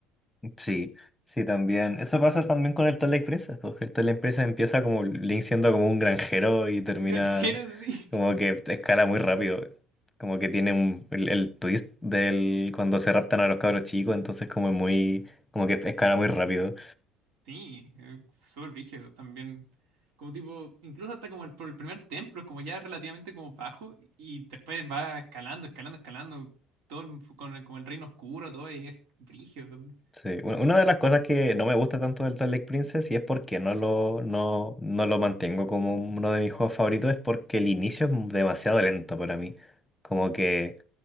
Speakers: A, in the centre; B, on the right.
A: Sí, sí, también. Eso pasa también con el Twilight Princess, porque el Twilight Princess empieza como Link siendo como un granjero y termina
B: <laughs> Granjero, sí.
A: como que escala muy rápido. Como que tiene un, el, el twist del cuando se raptan a los cabros chicos, entonces como es muy, como que escala muy rápido.
B: Sí, eh, súper brígido también. Como tipo, incluso hasta como el, por el primer templo, es como ya relativamente como bajo, y después va escalando, escalando, escalando, todo el- con el, como el reino oscuro, todo, y es brígido.
A: Sí, u- una de las cosas que no me gusta tanto del Twilight Princess y es porque no lo, no, no lo mantengo como uno de mis juegos favoritos es porque el inicio es demasiado lento para mí. Como que